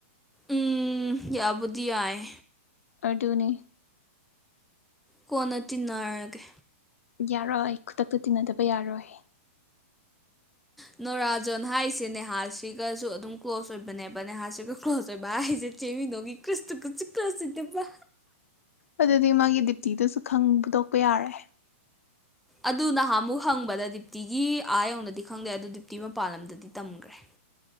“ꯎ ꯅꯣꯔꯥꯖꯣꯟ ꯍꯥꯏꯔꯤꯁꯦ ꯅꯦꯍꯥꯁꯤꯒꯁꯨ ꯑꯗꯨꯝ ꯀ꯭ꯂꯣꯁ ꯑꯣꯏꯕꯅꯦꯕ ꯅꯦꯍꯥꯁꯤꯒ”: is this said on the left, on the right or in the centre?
Centre